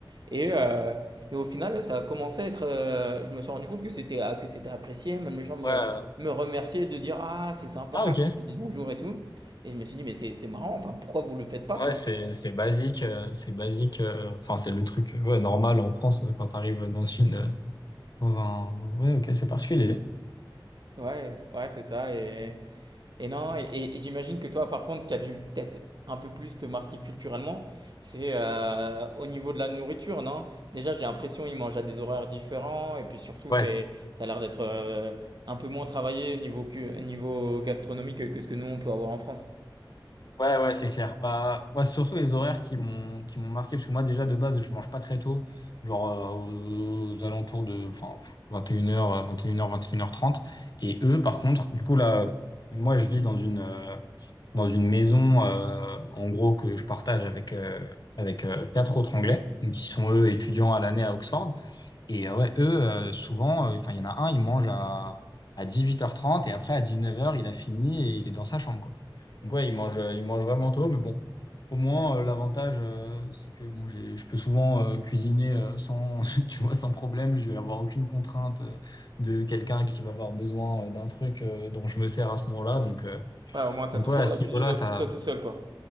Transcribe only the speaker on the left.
Ouais. euh,
Ah ok.
Ouais, c'est c'est basique, euh, c'est basique. euh, Enfin, c'est le truc euh, ouais, normal en France euh, quand t'arrives dans une euh, dans un. Ouais, ok, c'est particulier.
Ouais,
ouais, ouais, c'est clair. Bah, ouais, c'est surtout les horaires qui m'ont qui m'ont marqué parce que moi déjà de base je mange pas très tôt, genre euh, aux, aux alentours de enfin 21h, 21h, 21h30. Et une heures, vingt et une heures trente. Et eux, par contre, du coup là, moi je vis dans une euh, dans une maison euh, en gros que je partage avec euh, avec euh, quatre autres Anglais donc, qui sont eux étudiants à l'année à Oxford. Et euh, ouais, eux, euh, souvent, euh, enfin, il y en a un, il mange à, à dix-huit heures trente et après à dix-neuf heures il a fini et il est dans sa chambre, quoi. Donc ouais, il mange, euh, il mange vraiment tôt, mais bon, au moins, euh, l'avantage, euh, c'est que bon, j'ai, je peux souvent euh, cuisiner euh, sans, <laughs> tu vois, sans problème. Je vais avoir aucune contrainte euh, de quelqu'un qui va avoir besoin euh, d'un truc euh, dont je me sers à ce moment-là. Donc, euh,
donc
ouais, à ce
niveau-là, ça,